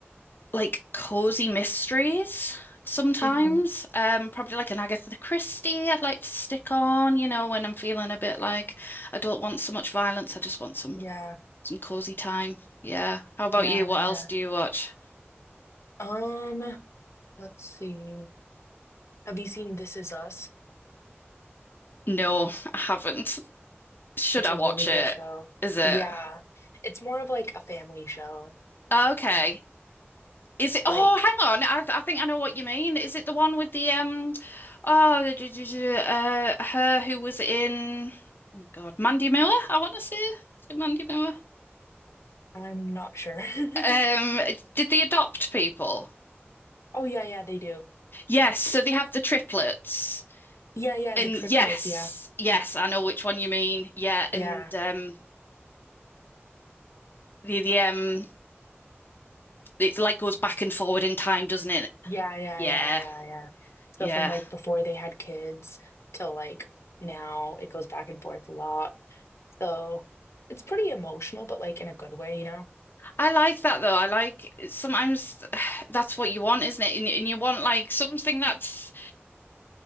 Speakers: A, on the left (about 50°); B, on the left (about 85°).
A: like cozy mysteries sometimes.
B: hmm
A: Um, probably like an Agatha Christie I'd like to stick on, you know, when I'm feeling a bit like I don't want so much violence, I just want some
B: Yeah.
A: some cozy time. Yeah. How about
B: Yeah.
A: you? What
B: Yeah.
A: else do you watch?
B: Um, let's see. Have you seen This Is Us?
A: No, I haven't. Should
B: It's
A: I
B: a
A: watch
B: really good
A: it?
B: show.
A: Is it?
B: Yeah. It's more of like a family show.
A: Okay. Is it? Oh,
B: Like,
A: hang on. I, I think I know what you mean. Is it the one with the um? Oh, the- the- the- the, uh, her who was in. Oh God, Mandy Moore. I want to see. Is it Mandy Moore?
B: I'm not sure. <laughs>
A: Um, did they adopt people?
B: Oh, yeah, yeah, they do.
A: Yes,
B: Yeah.
A: so they have the triplets.
B: Yeah, yeah,
A: And
B: the triplets.
A: yes,
B: Yeah.
A: yes, I know which one you mean. Yeah,
B: Yeah.
A: and um the the um it like goes back and forward in time, doesn't it?
B: Yeah, yeah,
A: Yeah,
B: yeah, yeah, yeah.
A: yeah.
B: So from like before they had kids till like now, it goes back and forth a lot. So it's pretty emotional, but like in a good way, you know?
A: I like that though. I like sometimes <sighs> that's what you want, isn't it? And, and you want like something that's